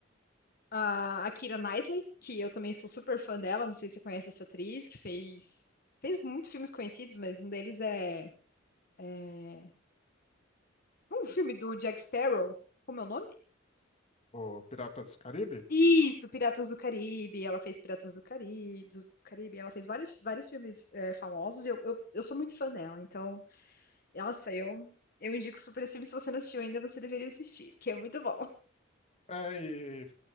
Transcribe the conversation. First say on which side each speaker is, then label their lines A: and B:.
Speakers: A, on the left; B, on the left.
A: a a Keira Knightley, que eu também sou super fã dela, não sei se você conhece essa atriz, que fez, fez muitos filmes conhecidos, mas um deles é, é um filme do Jack Sparrow, como é o nome?
B: o Piratas do Caribe.
A: Isso, Piratas do Caribe, ela fez Piratas do Caribe, do Caribe, ela fez vários, vários filmes é, famosos, e eu, eu, eu sou muito fã dela, então, nossa, eu, eu indico super esse filme, se você não assistiu ainda, você deveria assistir, porque é muito bom.
B: É, e